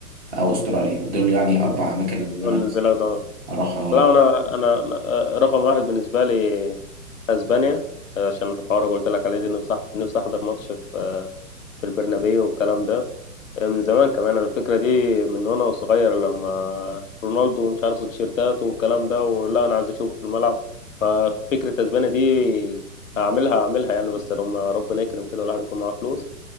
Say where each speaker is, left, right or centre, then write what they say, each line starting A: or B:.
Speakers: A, on the right; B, on the left.
A: او استراليا دول يعني اربع اماكن من أنا
B: البلاد
A: نفسي
B: آه.
A: اروح
B: لا أنا أنا أنا رقم واحد بالنسبة لي أسبانيا عشان الحوار اللي قلت لك عليه دي نفسي أح- نفسي أحضر ماتش في في البرنابيو والكلام ده من زمان كمان أنا الفكرة دي من وانا صغير لما رونالدو مش عارف التيشيرتات والكلام ده ولا انا عايز اشوفه في الملعب ففكرة اسبانيا دي هعملها هعملها يعني بس لما ربنا يكرم كده والواحد يكون معاه فلوس